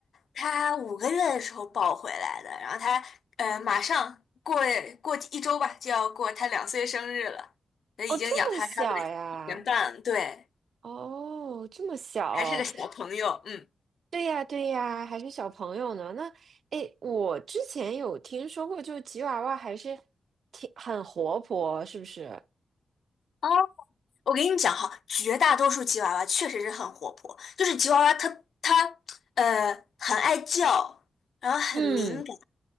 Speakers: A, on the left; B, on the right.
A: 它五个月的时候抱回来的，然后它呃马上过过一周吧就要过它两岁生日了，
B: <laughs>！
A: 那已经养它差不多一年半了对，
B: 哦，这么小呀？哦，这么小？
A: 还是个小朋友，嗯。
B: 对呀，对呀，还是小朋友呢。那，哎，我之前有听说过，就吉娃娃还是挺很活泼，是不是？
A: 哦，我跟你讲哈，绝大多数吉娃娃确实是很活泼，就是吉娃娃它它呃很爱叫，然后很敏感。
B: 嗯，